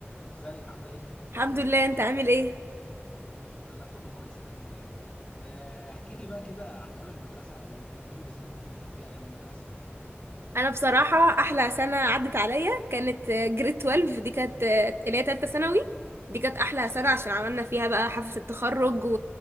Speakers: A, on the left (about 25°); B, on the right (about 70°).
A: ازيك عامله ايه
B: الحمد لله انت عامل ايه
A: انا كله كويس الحمد لله آه، احكي لي بقى كده عن ايام المدرسه والميموريز اللي كنت بتحبيها ايام المدرسه
B: انا بصراحه احلى سنه عدت عليا كانت جريد 12 دي كانت اللي هي تالتة ثانوي دي كانت احلى سنه عشان عملنا فيها بقى حفله التخرج و...